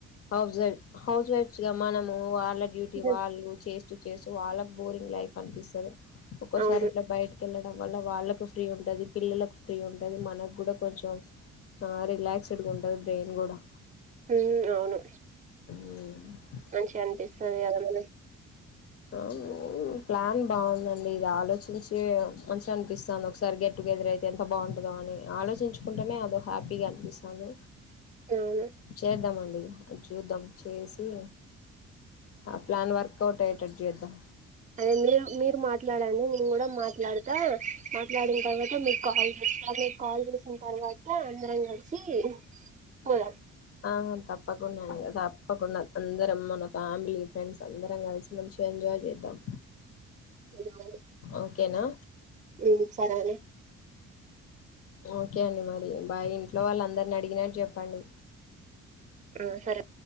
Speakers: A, on the left; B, on the right.
A: house wife house wife గా మనము వాళ్ళ డ్యూటీ
B: ఉమ్,
A: వాళ్ళు చే స్తు చేస్తూ వాళ్ళకు బోరింగ్ లైఫ్ అనిపిస్తాది ఒక్కోసారి
B: అవును
A: ఇట్లా బయటకి వెళ్లడం వల్ల వాళ్ళకు ఫ్రీ ఉంటది పిల్లలకు ఫ్రీ ఉంటది మనకు కూడా కొంచెం ఆ రిలాక్స్‌డ్గుంటది బ్రెయిన్ కూడా
B: ఉమ్మ్ అవును
A: ఉమ్మ్
B: మంచిగా అనిపిస్తాది కదా మనం
A: అవును ప్లాన్ బాగుందండి ఇది ఆలోచించి మంచిగా అనిపిస్తుంది ఒకసారి గెట్టు గేదరైతే ఎంత బాగుంటదో అని ఆలోచించుకుంటేనే అదో హ్యాపీగా అనిపిస్తుంది
B: అవును
A: చేద్దామండి అది చూద్దాం చేసి ఆ ప్లాన్ వర్కవుట్ అయేటట్టు చేద్దాం
B: అదే మీరు మీరు మాట్లాడండి నేను కూడా మాట్లాడుతా మాట్లాడిన తర్వాత మీ కాల్ చేస్తా అదే కాల్ చేసిన తర్వాత అందరం కలిసి పోదాం
A: ఆ తప్పకుండా తప్పకుండా అందరం మన ఫ్యామిలీ ఫ్రెండ్స్ అందరం కలిసి మంచిగా ఎంజా య్ చెద్దం
B: హలో
A: ఓకేనా
B: ఉమ్మ్ సరే అండి
A: ఓకే అండి మరి బాయ్ ఇంట్లో వాళ్ళ అందరిని అడిగినట్టు చెప్పండి
B: ఆ సరే